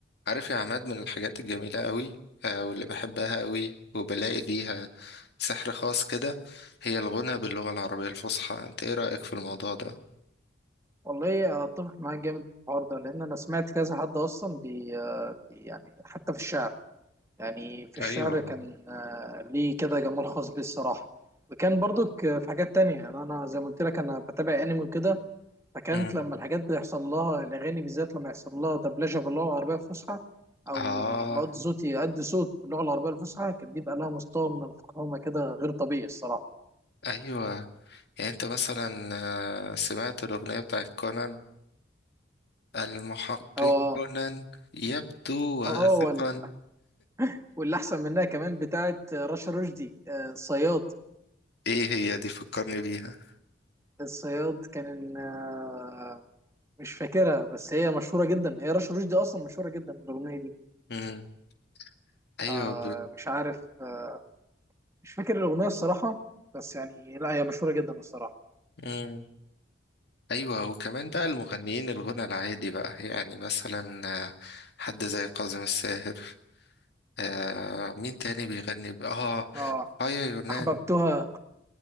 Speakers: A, on the left; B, on the right.
A: عارف يا عماد من الحاجات الجميلة قوي آه، واللي بحبها قوي وبلاقي ليها سحر خاص كده هي الغنى باللغة العربية الفصحى انت ايه رأيك في الموضوع ده؟
B: والله اتفق معاك جامد في الحوار ده لان انا سمعت كذا حد اصلا بي آه، بي- يعني حتى في الشعر يعني في الشعر
A: ايوه
B: كان آه، ليه كده جمال خاص بيه الصراحه وكان برضك آه، في حاجات تانية يعني انا زي ما قلت لك انا بتابع انمي وكده فكانت
A: مم.
B: لما الحاجات بيحصل لها الاغاني بالذات لما يحصل لها دبلجه باللغه العربيه الفصحى او
A: اه
B: بقعد صوتي يأدي صوت باللغه العربيه الفصحى كان بيبقى لها مستوى من الفخامه كده غير طبيعي الصراحه
A: ايوه يعني انت مثلا آه، سمعت الأغنية بتاعت كونان المحقق
B: اه
A: كونان يبدو واثقا
B: اه واللي احسن منها كمان بتاعه رشا رشدي آه، الصياد
A: ايه هي دي فكرني بيها
B: الصياد كان آه، مش فاكرها بس هي مشهوره جدا هي رشا رشدي اصلا مشهوره جدا بالاغنيه دي
A: مم. ايوه
B: آه، مش عارف آه، مش فاكر الاغنيه الصراحه بس يعني لا هي مشهوره جدا الصراحه
A: ب... ايوه وكمان بقى المغنيين الغنى العادي بقى يعني مثلا آه، حد زي كاظم الساهر آه مين تاني بيغني بقى؟ اه
B: اه
A: فايا يونان
B: احببتها